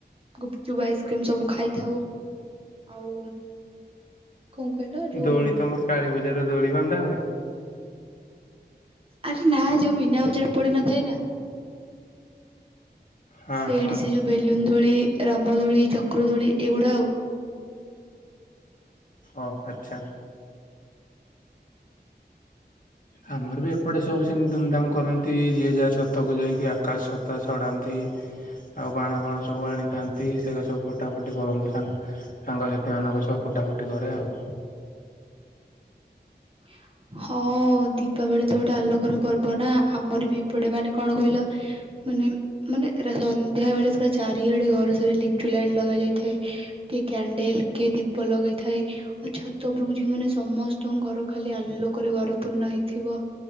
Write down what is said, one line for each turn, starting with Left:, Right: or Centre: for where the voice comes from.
Right: ଗୁପଚୁପ୍ ଆଇସ୍କ୍ରିମ ସବୁ ଖାଇଥାଉ ଆଉ କଣ କହିଲ? ଯୋଉ
Left: ଦୋଳି ତମର କାଳୀ ବଜାରରେ ଦୋଳି ବନ୍ଧା ହୁଏ?
Right: ଆରେ ନା ଯୋଉ ମିନା ବଜାର ପଡ଼ି ନଥାଏ ନା।
Left: ହଁ
Right: ସେଇଠି
Left: ହଁ
Right: ସେ ଯୋଉ ବେଲୁନ୍ ଦୋଳି, ରାମଦୋଳି, ଚକ୍ର ଦୋଳି ଏଇଗୁଡା଼ ଆଉ।
Left: ଓ ଆଚ୍ଛା। ଆମର ବି ଏପଟେ ସବୁ ସେମିତି ଧୁମଧାମ କରନ୍ତି ଯିଏ ଯାହା ଛାତକୁ ଯାଇକି ଆକାଶ ଛତା ଛଡ଼ାନ୍ତି। ଆଉ ବାଣ ଫାଣ ସବୁ ଆଣିଥାନ୍ତି ସେଇରା ସବୁ ଫଟା ଫଟି କରନ୍ତି ସାଙ୍ଗ ସାଙ୍ଗସାଥି ମାନଙ୍କ ସହ ଫୁଟା ଫୁଟି କରେ ଆଉ।
Right: <inaudible> ହଁ ଦୀପାବଳି ତ ଗୋଟେ ଆଲୋକର ପର୍ବ ନା ଆମର ବି ଏପଟେ ମାନେ କଣ କହିଲ ମାନେ ମାନେ ସନ୍ଧ୍ୟା ବେଳେ ପୁରା ଚାରିଆଡ଼େ ଘରେ ସାରା ଲିଚୁ ଲାଇଟ୍ ଲଗା ଯାଇଥାଏ। କିଏ କ୍ୟାଣ୍ଡେଲ୍ କିଏ ଦୀପ ଲଗେଇଥାଏ ଆଉ ଛାତ ଉପରକୁ ଯିବୁ ମାନେ ସମସ୍ତଙ୍କ ଘର ଖାଲି ଆଲୋକରେ ଘରପୂର୍ଣ୍ଣ ହେଇଥିବ।